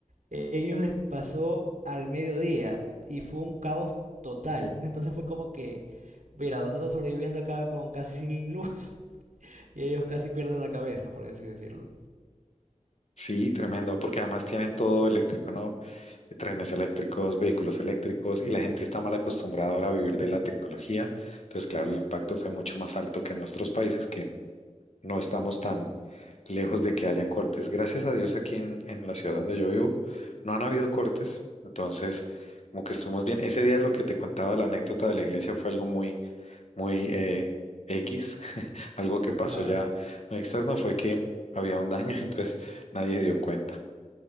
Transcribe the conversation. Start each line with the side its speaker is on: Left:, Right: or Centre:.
Right: eh, ellos les pasó al mediodía y fue un caos total. Entonces fue como que, mira, nosotros sobreviviendo acá con casi sin luz <laughs> y ellos casi pierden la cabeza, por así decirlo.
Left: Sí, tremendo, porque además tienen todo eléctrico, ¿no? Trenes eléctricos, vehículos eléctricos, y la gente está mal acostumbrada ahora a vivir de la tecnología. Entonces, claro, el impacto fue mucho más alto que en nuestros países, que no estamos tan lejos de que hayan cortes. Gracias a Dios aquí en, en la ciudad donde yo vivo no han habido cortes, entonces como que estuvimos bien. Ese día lo que te contaba, la anécdota de la iglesia fue algo muy, muy eh, X, <laughs> algo que pasó
Right: Claro,
Left: ya muy externo fue que había un daño, <laughs> entonces nadie dio cuenta